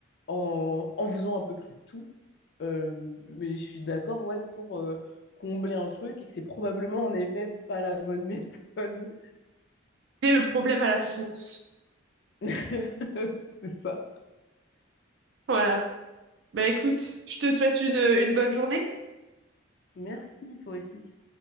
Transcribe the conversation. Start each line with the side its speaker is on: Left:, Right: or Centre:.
Left: en, en faisant à peu près tout. Euh, mais je suis d'accord, ouais, pour euh, combler un truc et que c'est probablement en effet pas la bonne méthode.
Right: C'est le problème à la source.
Left: <laughs> C'est ça.
Right: Voilà. Bah écoute, je te souhaite une, une bonne journée.
Left: Merci, toi aussi.